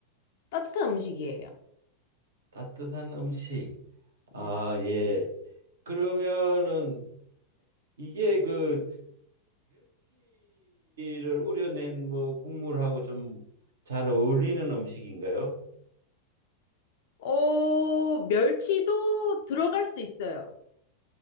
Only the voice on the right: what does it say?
따뜻한 음식. 아,
예. 그러면은 이게 그 멸치를 우려낸 뭐 국물하고 좀 잘 어울리는 음식인가요?